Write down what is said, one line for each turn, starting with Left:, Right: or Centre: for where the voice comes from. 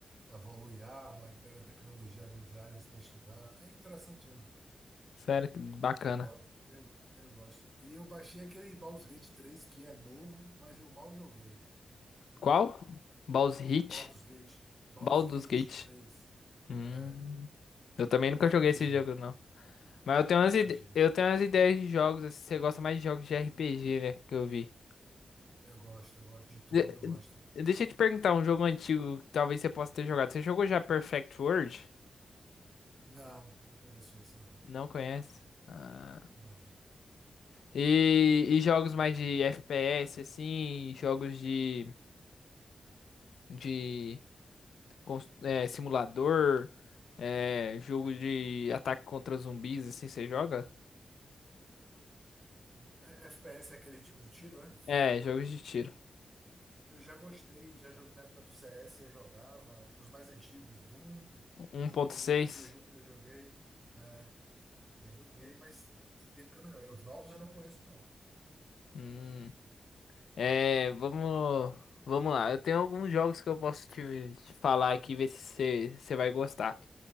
Right: evolui arma e pega a tecnologia dos aliens para estudar. É interessantinho.
Left: Sério, que bacana.
Right: Eu, gosto eu, eu gosto. E eu baixei aquele Baldur's Gate 3 que é novo, mas eu mal joguei.
Left: Qual? Baldur's Gate?
Right: Baldur's Gate, Baldur's
Left: Baldur's
Right: Gate
Left: Gate.
Right: três
Left: Hum,
Right: É,
Left: eu também nunca
Right: é um
Left: joguei
Right: RPG.
Left: esse jogo, não. Mas
Right: É
Left: eu tenho
Right: um RPG.
Left: umas, ide- eu tenho umas ideias de jogos, assim, você gosta mais de jogos de RPG, né, que eu vi.
Right: Eu gosto, eu gosto de turno,
Left: De-
Right: eu
Left: de-
Right: gosto.
Left: Deixa eu te perguntar um jogo antigo que talvez você possa ter jogado. Você jogou já Perfect World?
Right: Não, não conheço esse, não.
Left: Não conhece? Ah.
Right: Não.
Left: E, e jogos mais de FPS, assim, jogos de, de cons- é, simulador, é, jogo de ataque contra zumbis, assim, você joga?
Right: Hum, é- FPS é aquele tipo de tiro, né?
Left: É, jogos de tiro.
Right: Eu já gostei, já joguei na época do CS, eu jogava os mais antigos, Doom,
Left: 1.6.
Right: Duke Nukem, eu, jo- eu joguei. É, eu joguei, mas tem tempo que eu não jogo. Os novos eu não conheço, não.
Left: Hum. É, vamos, vamos lá. Eu tenho alguns jogos que eu posso te, te falar aqui, ver se você você vai gostar.